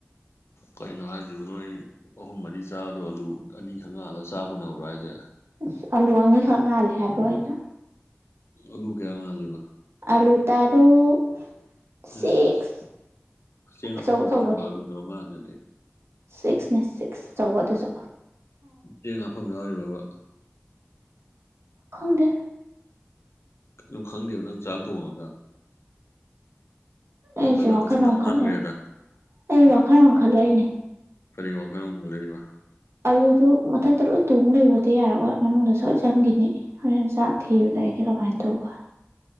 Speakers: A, on the left; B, on the right.
A: ꯀꯩꯅꯣ ꯍꯥꯏꯁꯤꯕꯨ ꯅꯣꯏ ꯑꯍꯨꯝ ꯃꯔꯤ ꯆꯥꯗꯣ ꯑꯂꯨ ꯑꯅꯤꯈꯛ ꯉꯥꯜꯂꯒ ꯆꯥꯀꯣꯟꯅꯕ꯭ꯔꯣ ꯍꯥꯏꯁꯦ꯫
B: ꯑꯁ ꯑꯂꯨ ꯑꯅꯤꯈꯛ ꯉꯥꯜꯂꯦ ꯍꯥꯏꯕ꯭ꯔꯣ ꯑꯩꯅ꯫
A: ꯑꯂꯨ ꯀꯌꯥ ꯉꯥꯜꯂꯤꯕ꯫
B: ꯑꯂꯨ ꯇꯔꯨꯛ꯫ ꯁꯤꯛꯁ
A: ꯏꯁ ꯆꯦꯡ
B: ꯑꯆꯧ
A: ꯍꯥꯐꯝ
B: ꯑꯆꯧꯕꯅꯦ
A: ꯌꯥꯎꯔꯤꯕ ꯑꯂꯨꯗꯣ <unintelligible> <unintelligible> ꯑꯗꯨ
B: ꯁꯤꯛꯁꯅꯦ ꯁꯤꯛꯁ ꯑꯆꯧꯕ ꯑꯗꯨꯁꯨ꯫
A: ꯆꯦꯡ ꯍꯥꯐꯝ ꯌꯥꯎꯔꯤꯕ꯭ꯔꯕ꯫
B: ꯈꯪꯗꯦ꯫
A: ꯀꯩꯅꯣ ꯈꯪꯗꯦꯕ ꯅꯪ ꯆꯥꯛ ꯊꯣꯡꯉꯒ꯫ ꯑꯗꯨꯗꯤ
B: ꯑꯩꯁꯦ
A: ꯀꯗꯔ
B: ꯋꯥꯈꯜ
A: ꯇꯧꯁꯟꯅꯕ
B: ꯑꯝ
A: ꯃꯥꯟꯈ꯭ꯔꯦꯗ
B: ꯈꯜꯂꯤꯅꯦ ꯑꯩ ꯋꯥꯈꯟ ꯑꯃ꯫ ꯈꯜꯂꯛꯏꯅꯦ꯫
A: ꯀꯔꯤ ꯋꯥꯈꯟꯃꯨꯛ ꯈꯜꯛꯏꯕ꯫
B: ꯑꯂꯨꯗꯨ ꯃꯊꯛꯇ ꯂꯣꯏ ꯇꯣꯡ ꯂꯩꯌꯣꯗꯤ ꯌꯥꯔꯛꯑꯣꯏ ꯃꯅꯨꯡꯗ ꯁꯣꯏ ꯆꯪꯈꯤꯅꯤ ꯍꯣꯔꯦꯟ ꯆꯥꯛ ꯊꯤꯕꯗ ꯑꯩꯗꯤ ꯀꯃꯥꯏꯅ ꯇꯧꯕ꯫